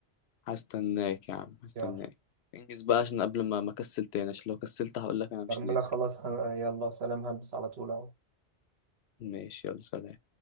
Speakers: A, on the left; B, on the right.
A: هستناك يا عم هستناك
B: يلا
A: انجز بقى عشان قبل ما ما اكسل تاني عشان لو كسلت هقول لك انا مش
B: بعملها
A: نازل
B: خلاص هن- يلا سلام هلبس على طول اهو
A: ماشي يلا سلام